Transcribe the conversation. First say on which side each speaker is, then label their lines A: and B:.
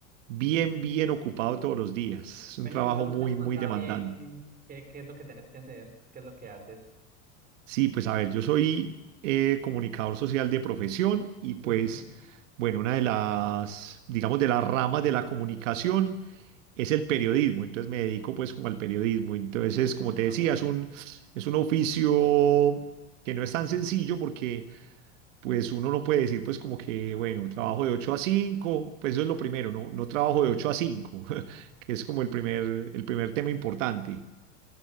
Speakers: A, on the right; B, on the right.
A: bien, bien ocupado todos los días. Es un
B: Bueno,
A: trabajo
B: y vos no
A: muy,
B: me has
A: muy
B: contado
A: demandante.
B: bien qué, qué es lo que tenés que hacer, qué es lo que haces.
A: Sí, pues a ver, yo soy eh, comunicador social de profesión y pues,
B: Ujú.
A: bueno, una de las, digamos, de las ramas de la comunicación es el periodismo, entonces me dedico pues como al periodismo. Entonces,
B: Ah,
A: como te decía, es un, es un oficio que no es tan sencillo porque pues uno no puede decir pues como que,
B: ah,
A: bueno, trabajo
B: sí, sí, sí.
A: de 8 a cinco pues eso es lo primero, no, no trabajo
B: Ujú.
A: de 8 a 5 <laughs> que es como el primer, el primer tema importante.